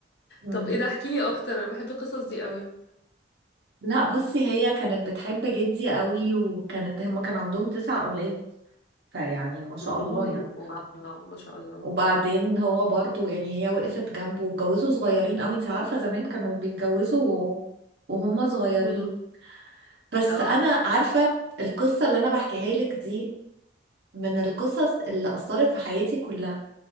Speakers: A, on the right (about 60°); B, on the left (about 60°).
A: مم.
B: طب ايه ده احكيلي اكتر انا بحب القصص دي قوي
A: لا بصي هي كانت بتحب جدي قوي وكانت هما كان عندهم تسع اولاد فيعني ما شاء
B: امم
A: الله يعني
B: واو ما شاء الله
A: وبعدين هو برضو يعني هي وقفت جنبه واتجوزوا صغيرين قوي انت عارفة زمان كانوا بيتجوزوا و- وهم صغيرين
B: امم
A: بس
B: اه
A: انا عارفة القصة اللي انا بحكيها لك دي من القصص اللي أثرت في حياتي كلها